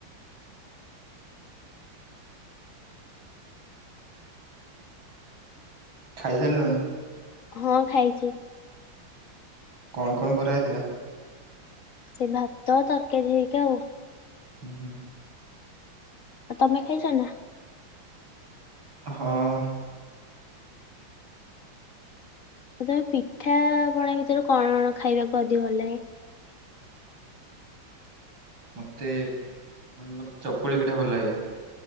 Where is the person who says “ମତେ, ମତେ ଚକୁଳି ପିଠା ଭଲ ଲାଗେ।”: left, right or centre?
Right